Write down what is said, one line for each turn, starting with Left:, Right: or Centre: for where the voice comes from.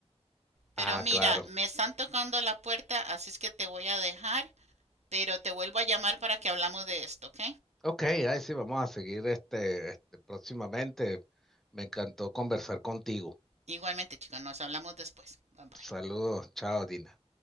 Right: Pero
Centre: Ah,
Right: mira,
Centre: claro.
Right: me están tocando la puerta, así es que te voy a dejar, pero te vuelvo a llamar para que hablamos de esto, ¿ok?
Centre: Ok, ahí sí, vamos a seguir este, este próximamente. Me encantó conversar contigo.
Right: Igualmente, chicos, nos hablamos después. Bye bye.
Centre: Saludos, chao, Dina.